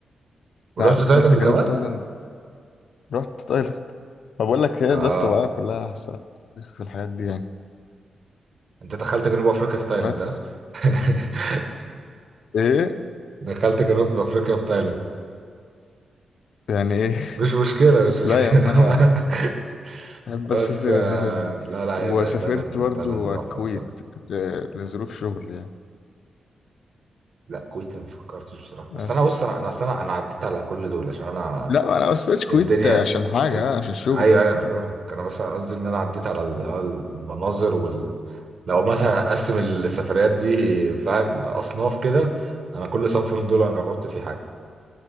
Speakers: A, on the right (about 45°); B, on the left (about 70°).
A: ورحت
B: لا سافرت
A: تايلاند
B: جنوب
A: كمان
B: تايلاند رحت تايلاند ما بقول لك هي
A: اه
B: بلاد طبيعية كلها أحسن في الحاجات دي يعني
A: انت دخلت جنوب افريقيا في تايلاند
B: بس
A: ها <laughs>
B: ايه
A: دخلت جنوب افريقيا في تايلاند
B: يعني ايه
A: مش مشكله
B: <laughs>
A: مش مشكله
B: لا يا عم انا
A: <laughs>
B: بحب
A: بس
B: اسافر
A: آه
B: الحتت دي
A: لا لا
B: وسافرت
A: هي تا- تايلاند
B: برضو
A: تايلاند تحفه
B: الكويت
A: بصراحه
B: كنت- لظروف شغل يعني
A: لا كويت ما فكرتش بصراحه
B: بس
A: بس انا بص انا انا أصل انا أنا عديت على كل دول عشان انا
B: لا انا ما سافرتش الكويت
A: الدنيا
B: عشان حاجة
A: الد-
B: عشان شغل
A: ايوه
B: بس
A: ايوه انا
B: مش
A: فاهم
B: اكتر
A: انا بس قصدي ان انا عديت على ال- على المناظر وال... لو مثلا اقسم السفريات دي فاهم اصناف كده انا كل صنف من دول انا جربت فيه حاجه